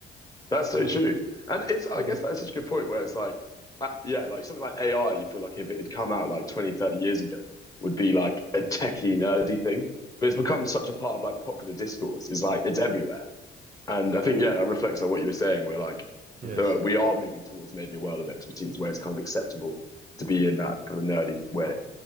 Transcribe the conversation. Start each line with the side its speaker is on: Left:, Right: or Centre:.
Left: That's so
Right: uh,
Left: true. And it's, I
Right: uh,
Left: guess that's such a good point where it's like, uh, yeah, like something like AI, you feel like if it had come out like 20, 30 years ago, would be like a techie, nerdy thing. But it's become such a part of like popular discourse. It's like, it's everywhere. And I think, yeah, that reflects on what you were saying, where like
Right: yes.
Left: the, we are moving towards maybe a world of expertise where it's kind of acceptable to be in that kind of nerdy way.